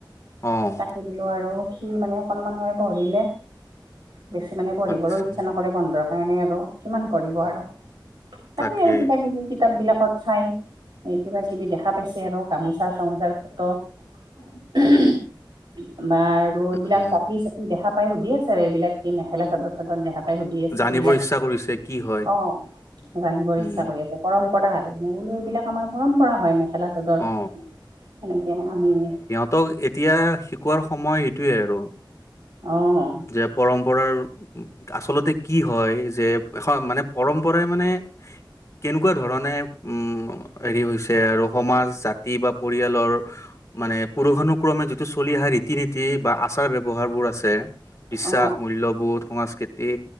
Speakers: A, on the left; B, on the right.
A: অঁ,
B: ৰিলো আৰু সি মানে অকনমান সময় পঢ়িলে, বেছি মানে পঢ়িবৰ
A: আচ্ছা
B: ইচ্ছা নক কৰি, বন্ধুৰ কাৰণে আৰ কিমান কৰিব আৰ
A: তাকে
B: তাকেই আৰু কিবা কিবি। কিতাপ বিলাকত চাই এই কিবা কিবি দেখা পাইছে আৰ গামোচা চামোচাৰ ফটো। <unintelligible> বা আৰু এইবিলাক
A: অ
B: জাপি চা। দেখা পাই সুধি আছে আৰু এইবিলাক কি মেখেলা চাদত? তাতত দেখা পাই সুধি আছে
A: জানিব
B: এইবিলাক
A: ইচ্ছা কৰিছে কি হয়
B: অঁ, জানিবৰ
A: উম
B: ইচ্ছা কৰি আছে পৰম্পৰা আৰু ময় বোলো এইবিলাক আমাৰ পৰম্পৰা হয় মেখেলা। চাদৰ
A: অ
B: সেনেকে আমি
A: ত এতিয়া শিকোৱাৰ সময় এইটোৱেই আৰু।
B: অঁ
A: যে পৰম্পৰাৰ আচলতে কি হয়, যে এখ মানে পৰম্পৰাই মানে কেনেকুৱা ধৰণে উম, হেৰি হৈছে আৰু সমাজ, জাতি বা পৰিয়ালৰ। মানে পুৰুষানুক্ৰমে যিটো চলি অহা ৰীতি নীতি বা আচাৰ ব্যৱহাৰ বোৰ আছে। বিশ্বাস,
B: অ
A: মূল্যবোধ, সংস্কৃতি।